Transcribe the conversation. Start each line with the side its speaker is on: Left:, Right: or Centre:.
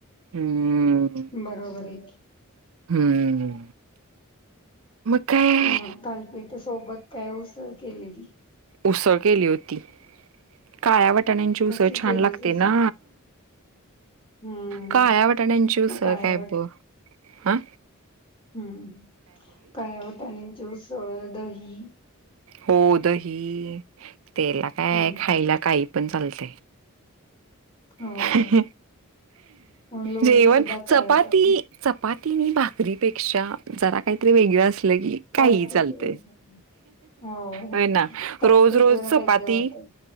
Right: हम्म,
Left: बरोबर आहे की.
Right: हम्म. मग काय
Left: मग तालपीठ सोबत काय उसळ केलेली?
Right: उसळ केली होती, काळ्या वाटाण्यांची उसळ
Left: कसली
Right: छान
Left: केलीस
Right: लागते
Left: उसळ?
Right: ना.
Left: हं,
Right: काळ्या वाटाण्याची उसळ
Left: मग काळ्या
Right: काय बो, अ.
Left: हम्म, काळ्या वाटाण्यांची उसळ दही
Right: हो, दही त्येला काय
Left: हम्म
Right: खायला काही पण चालतंय.
Left: हो
Right: हम्म,
Left: लोणी
Right: जेवन
Left: सुद्धा चालतं
Right: चपाती चपाती नी भाकरीपेक्षा जरा काहीतरी वेगळं असलं की
Left: थालपीठ
Right: काहीही चालतय.
Left: वेगळं होय
Right: हो ना,
Left: थालपीठ
Right: रोज -रोज
Left: जरा
Right: चपाती
Left: वेगळं होतं